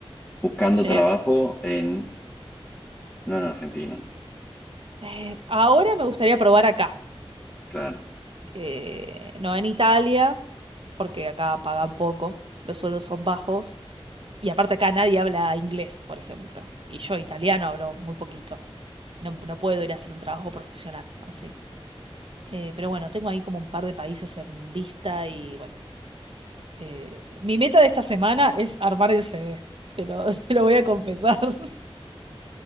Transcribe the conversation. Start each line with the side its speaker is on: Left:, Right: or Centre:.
Left: buscando
Right: ¿Eh?
Left: trabajo en, no en Argentina,
Right: Eh, ahora me gustaría probar acá,
Left: claro.
Right: eh, no en Italia, porque acá pagan poco, los sueldos son bajos Y aparte acá nadie habla inglés, por ejemplo. Y yo italiano hablo muy poquito. No, no puedo ir a hacer un trabajo profesional, así. Eh, pero bueno, tengo ahí como un par de países en vista y bueno. eh, mi meta de esta semana es armar el CV. Te lo, <laughs> te lo voy a confesar. <laughs>